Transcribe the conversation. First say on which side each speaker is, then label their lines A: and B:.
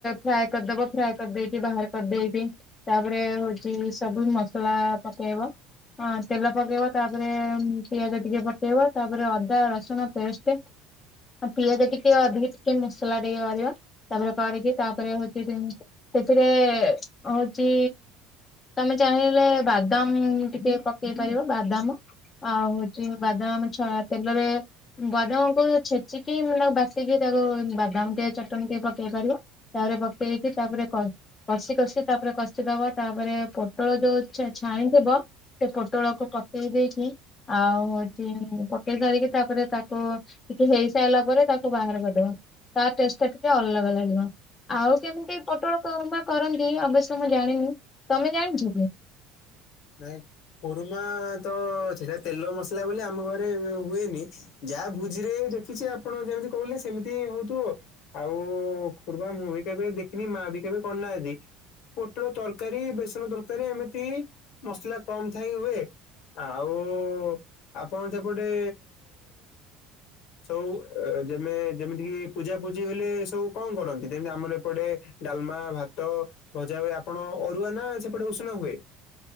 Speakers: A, on the left; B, on the left.
A: ଫ୍ରାଏ କରିଦବ ଫ୍ରାଏ କରିଦେଇକି ବାହାର କରିଦେଇକି ତାପରେ ହଉଛି ସବୁ ମସଲା ପକେଇବା ହଁ ତେଲ ପକେଇବ ତାପରେ ପିଆଜ ଟିକେ ପକେଇବ ତାପରେ ଅଦା, ରସୁଣ ପେଷ୍ଟ। ହ ପିଆଜ ଟିକେ ଅଧିକି ଟିକେ ମସଲା ଟିକେ କରିବା ତାପରେ କରିକି ତାପରେ ହଉଛି ସେଥିରେ ହଉଛି ତମେ ଚାହିଁଲେ ବାଦାମ ଟିକେ ପକେଇ ପାରିବ ବାଦାମ। ଆଉ ହଉଛି ବାଦାମ ଛ ତେଲରେ ବାଦାମକୁ ଛେଚିକି ମାନେ ତାକୁ ବାଟିକି ତାକୁ ବାଦାମ ଟେ ଚଟଣି ଟେ ପକେଇ ପାରିବ। ତାପରେ ପପେଇକି ତାପରେ କ କଷି କଷି ତାପରେ କଷିଦବ ତାପରେ ପୋଟଳ ଯୋଉ ଛାଣିଥିବ ସେ ପୋଟଳକୁ ପକେଇ ଦେଇେଇକି ଆଉ ହଉଚି ପକେଇ ସାରିକି ତାପରେ ତାକୁ ଟିକେ ହେଇସାରିଲା ପରେ ତାକୁ ବାହାର କରିଦବା ତା ଟେଷ୍ଟ ଟା ଟିକେ ଅଲଗା ଲାଗିବ। ଆଉ କେମିତି ପୋଟଳକୁରୁମା କରନ୍ତି ଅବଶ୍ୟ ମୁଁ ଜାଣିନି ତମେ ଜାଣିଛ କି?
B: ନାଇଁ କୁରୁମା ତ ସେଟା ତେଲ ମସଲା ବୋଲି ଆମ ଘରେ ହୁଏନି। ଯାହା ଭୋଜି ରେ ଦେଖିଛି ଆପଣ ଯେମିତି କହିଲେ ସେମିତି ହିଁ ହଉଥିବ। ଆଉ ଖୁରୁବା ମୁଁ ବି କେବେ ଦେଖିନି ମା ବି କେବେ କରିନାହାନ୍ତି। ପୋଟଳ ତରକାରୀ ବେସନ ତରକାରୀ ଏମିତି ମସଲା କମ ଥାଇ ହୁଏ। ଆଉ ଆପଣ ସେପଟେ ସବୁ ଯେମେ ଯେମିତି କିି ପୂଜା ପୂଜି ହେଲେ ସବୁ କଣ କରନ୍ତି ଯେମିତି ଆମର ଏପଟେ ଡାଲମା ଭାତ ଭଜା ହୁଏ ଆପଣ ଅରୁଆ ନା ସେପଟେ ଉଷୁନା ହୁଏ?